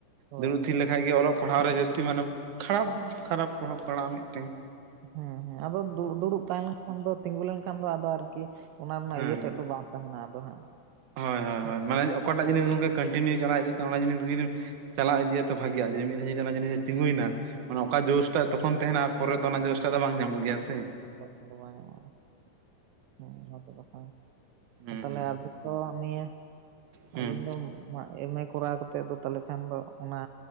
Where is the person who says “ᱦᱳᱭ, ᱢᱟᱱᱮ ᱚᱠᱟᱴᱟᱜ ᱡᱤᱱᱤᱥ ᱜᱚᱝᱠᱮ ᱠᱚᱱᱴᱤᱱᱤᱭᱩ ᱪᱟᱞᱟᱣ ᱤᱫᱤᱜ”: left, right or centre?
Right